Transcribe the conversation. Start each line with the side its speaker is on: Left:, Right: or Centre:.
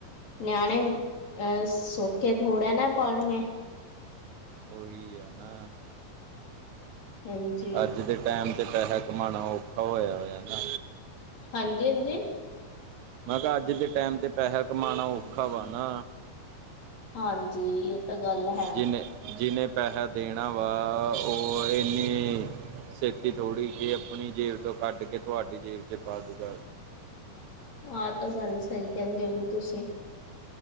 Right: ਹੂੰ
Left: ਨਿਆਣੇ ਅਹ ਸੋਖੇ ਥੋੜਾ ਨਾ ਪਲਨਣੇ
Right: ਉਹੀ ਆ ਨਾ
Left: ਹਾਂਜੀ।
Right: ਅੱਜ ਦੇ ਟਾਈਮ ਚ ਪੈਹੈ ਕਮਾਣਾ ਔਖਾ ਹੋਇਿਆ ਹੋਇਆ ਨਾ।
Left: ਹਾਂਜੀ, ਹਾਂਜੀ
Right: ਮੈਂ ਕਿਹਾ ਅੱਜ ਦੇ ਟਾਈਮ ਤੇ ਪੈਸਾ ਕਮਾਉਣਾ ਔਖਾ ਵਾ ਨਾ।
Left: ਹਾਂਜੀ ਇਹ ਤਾਂ ਗੱਲ ਹੈ।
Right: ਜਿਹਨੇ ਜਿਹਨੇ ਪੈਸਾ ਦੇਣਾ ਵਾ ਉਹ ਇੰਨੀ ਛੇਤੀ ਥੋੜ੍ਹੀ ਕਿ ਆਪਣੀ ਜੇਬ ਤੋਂ ਕੱਢ ਕੇ ਤੁਹਾਡੀ ਜੇਬ ਚ ਪਾ ਦੂਗਾ।
Left: ਆਹ ਤਾਂ ਗੱਲ ਸਹੀ ਕਹਿੰਦੇ ਹੋਗੀ ਤੁਸੀਂ।